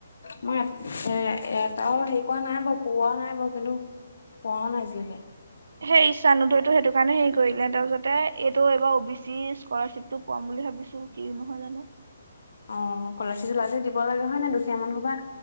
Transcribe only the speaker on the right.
সেই ঈশানউদয়টো সেইটো কাৰণে হেৰি কৰিলে তাৰপিছতে এইটো এইবাৰ অ বি চি স্কলাৰশ্বিপটো পাম বুলি ভাবিছো কিনো হয় জানো।